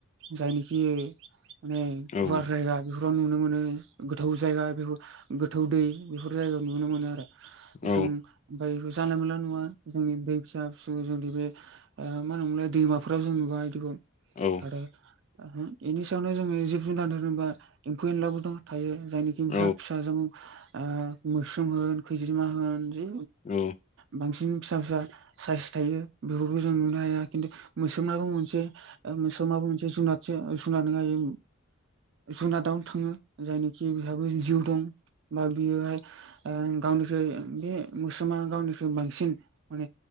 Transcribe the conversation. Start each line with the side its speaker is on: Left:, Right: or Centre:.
Right: जायनिखि माने
Left: औ
Right: गुवार जायगा बेफोराव नुनो मोनो गोथौ जायगा बेफोर गोथौ दै बेफोर जायगायाव नुनो मोनो आरो।
Left: औ
Right: जों ओमफ्राय बे जानाय मोनला नुवा जोंनि दै फिसा फिसौ जोंनि बे ओ मा होनोमोनलाय दैमाफोराव जों नुवा इदिखौ।
Left: औ
Right: आरो इनि सायावनो जोङो जिब जुनार दोनो एम्फौ एनलाबो दं थायो जायनिखि बिराद
Left: औ
Right: फिसा जों। ओ मोस्रोम होन खैजिमा होन जि
Left: औ
Right: बांसिन फिसा फिसा। साइस थायो बेफोरखौ जों नुनो हाया खिन्थु मोस्रोमाबो मोनसे ओ मो माबा मोनसे जुनारसे सुनारनो हायो जुनादाव थाङो जायनोखि बेहाबो जिउ दं बा बियोहाय ओ गावनिख्रुइ बे मोस्रोमा गावनिख्रुइ बांसिन माने